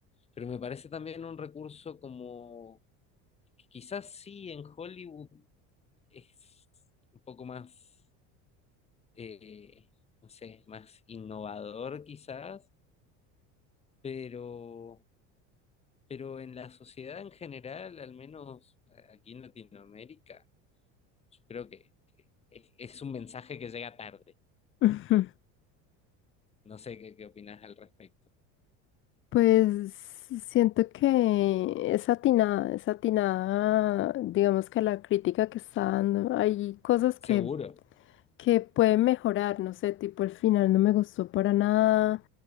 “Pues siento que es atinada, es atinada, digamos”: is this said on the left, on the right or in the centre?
Left